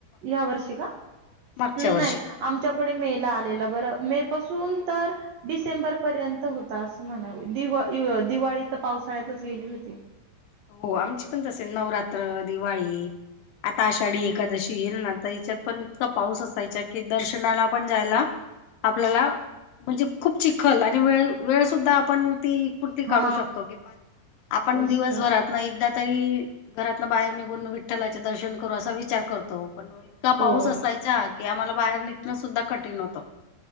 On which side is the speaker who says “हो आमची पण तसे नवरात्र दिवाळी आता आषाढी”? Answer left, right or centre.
Left